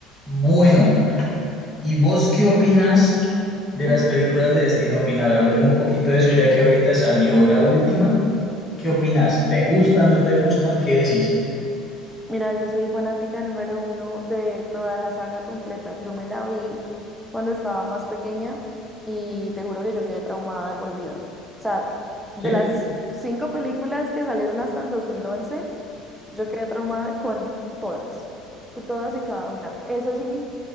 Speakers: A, on the left; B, in the centre.
A: Bueno, ¿y vos qué opinas de
B: Ujú.
A: las películas de Destino Final? Hablemos un poquito de eso, ya que ahorita salió la última. ¿Qué opinas? ¿Te gustan, no te gustan? ¿Qué decís?
B: Mira, yo soy fanática número uno de toda la saga completa. Yo me la vi cuando estaba más pequeña y te juro que yo quedé traumada de por vida. O sea,
A: ¿Sí?
B: de las cinco películas que salieron hasta el dos mil once yo quedé traumada con todas, con todas y cada una. Eso sí,